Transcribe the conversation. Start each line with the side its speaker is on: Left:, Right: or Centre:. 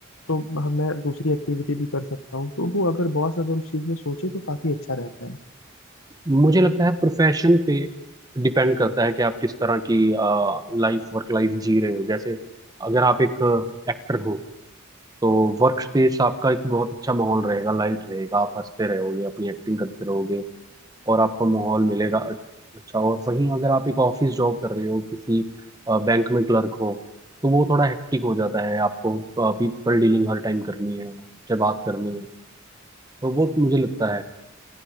Left: तो हम- मैं दूसरी एक्टिविटी भी कर सकता हूँ तो वो अगर बॉस अगर उस चीज में सोचे तो काफी अच्छा रहता है
Right: मुझे लगता है प्रोफेशन पे डिपेंड करता है कि आप किस तरह की लाइफ वर्क लाइफ जी रहे हो जैसे अगर आप एक एक्टर हो तो वर्क स्पेस आपका एक बहुत अच्छा माहौल रहेगा लाइट रहेगा आप हंसते रहोगे अपनी एक्टिंग करते रहोगे और आपको माहौल मिलेगा अच्छा और वहीं अगर आप एक ऑफिस जॉब कर रहे हो किसी बैंक में क्लर्क हो तो वो थोड़ा हेक्टिक हो जाता है आपको पीपल डीलिंग हर टाइम करनी है सबसे बात करनी है तो वो मुझे लगता